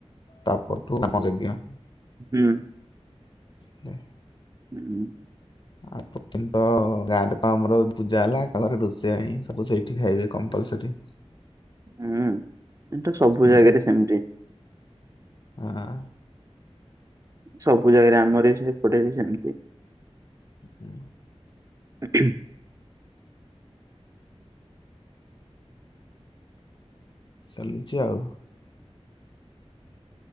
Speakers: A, on the left (about 45°); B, on the right (about 30°).
A: ତାପରଠୁ ହୋମ ଯଜ୍ଞ।
B: ହୁଁ
A: ହୁଁ।
B: ହୁଁ।
A: ଆଉ <unintelligible> ଗାଁରେ ତ ଆମର ପୂଜା ହେଲା ଘରେ ରୋଷେଇ ପାଇଁ ସବୁ ସେଇଠି ଖାଇବେ କପଲସରି।
B: ହୁଁ ସେଟା ସବୁ
A: ହୁଁ
B: ଜାଗାରେ ସେମିତି।
A: ହଁ।
B: ସବୁ ଜାଗାରେ ଆମର ସେପଟେ ବି ସେମିତି।
A: ହୁଁ।
B: ଖୁ ଖୁ।
A: ଚାଲୁଛି ଆଉ।